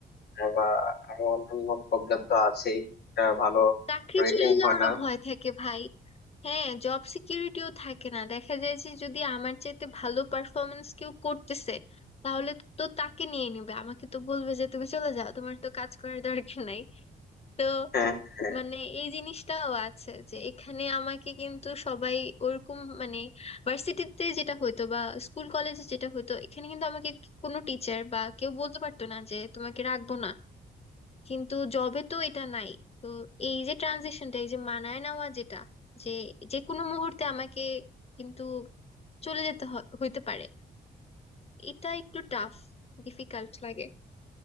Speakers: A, on the left; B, on the left.
A: আহ, বা আরো অন্যান্য প্রবলেম তো আছেই একটা ভালো
B: চাকরি
A: রেটিং
B: চলে যাওয়ারও
A: হয় না
B: ভয় থাকে ভাই হ্যাঁ জব সিকিউরিটিও থাকে না দেখা যায় যে যদি আমার চাইতে ভালো পারফরমেন্স কেউ করতেছে তাহলে তো তাকে নিয়ে নিবে আমাকে তো বলবে যে তুমি চলে যাও তোমার তো কাজ করার দরকার নাই তো
A: হ্যাঁ হ্যাঁ।
B: মানে এই জিনিসটাও আছে যে এখানে আমাকে কিন্তু সবাই ওরকম মানে ভার্সিটিতে যেটা হইতো বা স্কুল কলেজে যেটা হইতো এখানে কিন্তু আমাকে কোনো টিচার বা কেউ বলতে পারতো না যে তোমাকে রাখবো না কিন্তু জবে তো এটা নাই তো এই যে ট্রানজিশনটা এই যে মানায় নেওয়া যেটা যে যে কোনো মুহূর্তে আমাকে কিন্তু চলে যেতে হ- হইতে পারে এটা একটু টাফ ডিফিকাল্ট লাগে